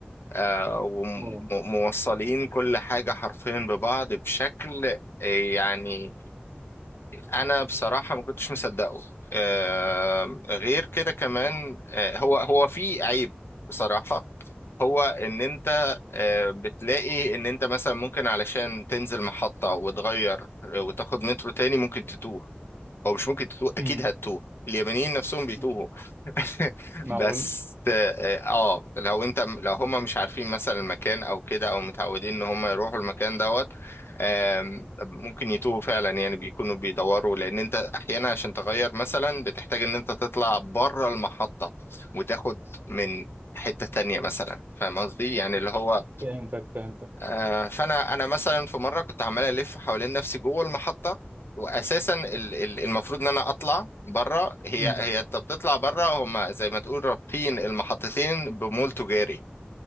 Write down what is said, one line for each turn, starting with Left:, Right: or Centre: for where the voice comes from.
Left: آه،
Right: اه
Left: وموصلين كل حاجة حرفيا ببعض بشكل آه، يعني انا بصراحه ما كنتش مصدقه آه، غير كده كمان آه، هو هو في عيب بصراحه هو ان انت آه، بتلاقي ان انت مثلا ممكن علشان تنزل محطه وتغير آه، وتاخد مترو تاني ممكن تتوه هو مش ممكن تتوه اكيد
Right: امم
Left: هتتوه اليابانيين نفسهم بيتوهوا
Right: أمم.
Left: <laughs>
Right: معقول
Left: بس اه آه، لو انت لو هم
Right: مم.
Left: مش عارفين مثلا المكان او كده او متعودين ان هم يروحوا المكان دوت آم، ممكن يتوهوا فعلا يعني بيكونوا بيدوروا لان انت احيانا عشان تغير مثلا بتحتاج ان انت تطلع بره المحطة وتاخد من حتة تانية مثلا فاهم قصدي يعني اللي هو
Right: فهمتك فهمتك
Left: آه، فانا انا مثلا في مره كنت عمال الف حوالين نفسي جوه المحطه واساسا ال- ال- المفروض ان انا اطلع بره هي
Right: امم
Left: هي انت بتطلع بره هما زي ما تقول رابطين المحطتين بمول تجاري